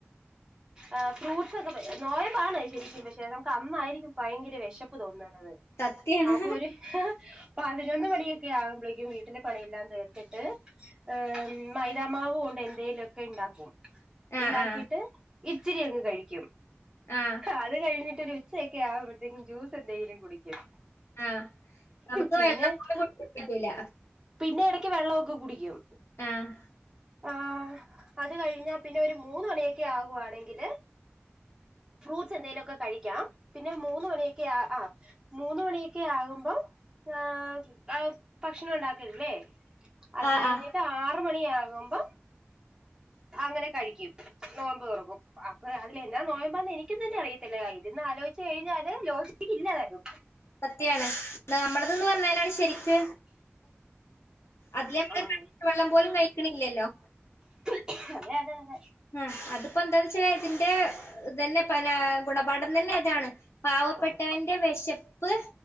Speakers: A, on the right (about 15°); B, on the left (about 70°).
A: ആഹ് ഫ്രൂട്ട്സ് ഒക്കെ ന നോയമ്പ് ആണ്‌ ശരിക്കും പക്ഷെ നമുക്ക് അന്നായിരിക്കും ഭയങ്കര വിശപ്പ് തോന്നുന്ന ത്
B: സത്യാണ്
A: അപ്പൊ ഒരു പതിനൊന്ന് മണിയൊക്കെ ആകുമ്പോഴേക്കും വീട്ടന്റെ പണിയെല്ലാം തീർത്തിട്ട് ഇഹ് മൈദ മാവ് കൊണ്ട് എ ന്തേലും ഒക്കെ ഉണ്ടാക്കും
B: ആ
A: ഉണ്ടാക്കിട്ട്
B: ആ
A: ഇച്ചിരി അങ്ങ് കഴിക്കും
B: ആ
A: അത് കഴിഞ്ഞിട്ട് ഉച്ചയൊക്കെ ആവുമ്പോഴത്തേക്കും ജ്യൂസ് എന്തെങ്കിലും കുടിക്കും
B: ആ നമുക്ക്
A: പിന്നെ
B: വെള്ളം പോലും കുടിക്കാൻ പറ്റൂല
A: പിന്നെ ഇട ക്ക് വെള്ളമൊക്കെ കുടിക്കും
B: ഉം
A: ആഹ് അത് കഴിഞ്ഞാ പിന്നെ ഒരു മൂന്ന് മണിയൊക്കെ ആകുവാണെങ്കില് ഫ്രൂട്ട്സ് എന്തെലു ഒക്കെ കഴിക്കാം പിന്നെ മൂന്ന് മണിയൊക്കെ ആ ആഹ് മൂന്ന് മണിയൊക്കെ ആകുമ്പം ആഹ് ആഹ് ഭക്ഷണം ഉണ്ടാക്കല്ലേ അത്
B: ആ
A: കഴിഞ്ഞിട്ട്
B: ആ
A: ആറ് മണിയാകുമ്പം അങ്ങനെ കഴിക്കും നോമ്പ് തുറക്കും അപ്പൊ അതില് എന്നാ നോയമ്പാന്ന് എനിക്കും തന്നെ അറിയത്തില്ലേ ഇരുന്നു ആലോചിച്ച് കഴിഞ്ഞാല് ലോജിക്ക് ഇല്ല താനും
B: സത്യാണ് നമ്മളന് പറഞ്ഞാലാണ് ശരിക്ക് അതില്
A: ആഹ്
B: നമ്മക്ക് വെള്ളം പോലും കഴിക്കണില്ലല്ലോ
A: അതെ അതെ അതെ
B: ഉം അതിപ്പോ എന്താന്ന് വെച്ചാ ഇതിന്റെ ഇതന്നെ പന ഗുണപാഠം തന്നെ അതാണ് പാവപ്പെട്ടവന്റെ
A: ആഹ്
B: വിശപ്പ്